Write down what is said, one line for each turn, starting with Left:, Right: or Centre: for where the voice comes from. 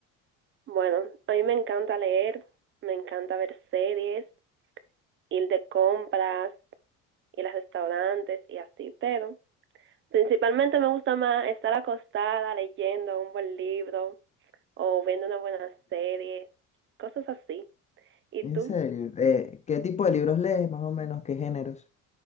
Right: Bueno, a mí me encanta leer, me encanta ver series, ir de compras, ir a restaurantes y así, pero principalmente me gusta más estar acostada leyendo un buen libro o viendo una buena serie, cosas así. ¿Y
Left: En
Right: tú?
Left: serio, eh, ¿qué tipo de libros lees más o menos? ¿Qué géneros?